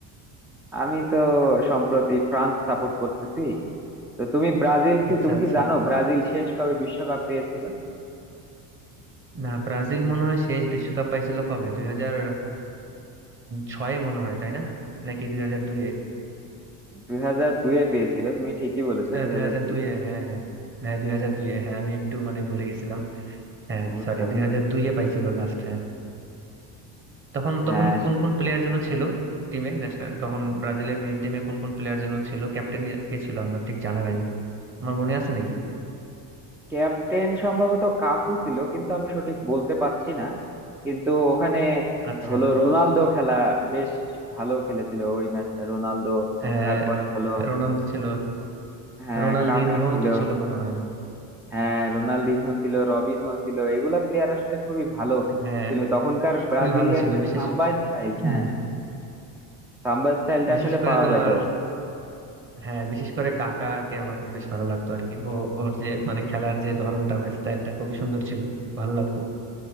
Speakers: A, in the centre; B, on the right.
A: আমি তো সম্প্রতি ফ্রান্স সাপোর্ট করতেছি তো তুমি ব্রাজিল কি
B: আচ্ছা
A: তুমি
B: আচ্ছা
A: কি জানো ব্রাজিল শেষ কবে বিশ্বকাপ পেয়েছিল
B: না ব্রাজিল মনে হয় শেষ বিশ্বকাপ পাইছিল কবে দুই হাজার ছয়ে মনে হয় তাই না নাকি দুই হাজার দুইয়ে
A: দুই হাজার দুয়ে পেয়েছিল তুমি ঠিকই বলেছো দুই
B: দুই
A: হাজার
B: হাজার
A: দুয়ে
B: দুইয়ে হ্যাঁ হ্যাঁ হ্যাঁ দুই হাজার দুইয়ে হ্যাঁ আমি একটু মানে ভুলে গেছিলাম হ্যাঁ
A: বুঝতে
B: সরি
A: পারছি
B: দুই হাজার দুইয়ে পাইছিল লাস্ট তখন তখন
A: হ্যাঁ
B: কোন কোন প্লেয়ার যেন ছিল টিমে ন্যাশনাল তখন ব্রাজিলের মেইন টিমে কোন কোন প্লেয়ার যেন ছিল ক্যাপ্টেন কে ছিল আমার ঠিক জানা নাই আমার মনে আছে নাকি
A: ক্যাপ্টেন সম্ভবত কাফু ছিল কিন্তু আমি সঠিক বলতে পারছি না কিন্তু ওখানে
B: আচ্ছা
A: হলো রোনালদো খেলা বেশ ভালো খেলেছিল ওই ম্যাচটা রোনালদো
B: হ্যাঁ
A: তারপরে হলো
B: রোনালদো ছিল
A: হ্যাঁ
B: রোনালদিনহো
A: কাকা ছিল
B: তো ছিল মনে হয়
A: হ্যাঁ রোনালদিনহো ছিল রবিনহো ছিল এগুলা প্লেয়ার আসলে খুবই ভালো
B: হ্যাঁ
A: ছিল তখনকার ব্রাজিলিয়ান
B: খুবই ভালো ছিল
A: যে
B: বিশেষ
A: সাম্বা স্টাইল হ্যাঁ
B: হুম,
A: সাম্বা স্টাইলটা
B: বিশেষ
A: আসলে
B: করে
A: পাওয়া
B: তোমার
A: যাইতো
B: হ্যাঁ বিশেষ করে কাকাকে আমার খুব বেশ ভালো লাগতো আর কি ও ওর যে মানে খেলার যে ধরনটা বা স্টাইলটা খুবই সুন্দর ছিল ভালো লাগতো